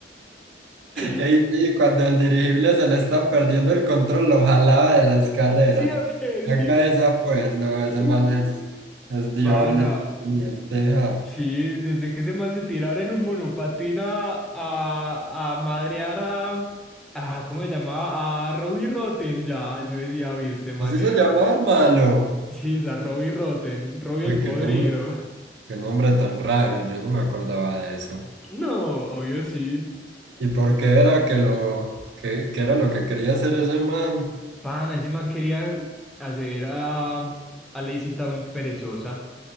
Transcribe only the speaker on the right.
Ey, sí, cuando el dirigible se le está perdiendo el control, lo jalaba de la escalera.
Acá
esa pues, no, ese
man es, es Dios,
literalmente. ja.
Así se
llamaba el malo.
Uy,
qué nombre,
qué nombre tan raro, yo no me acordaba de eso.
¿Y por qué era que lo, que, que era lo que quería hacer ese man?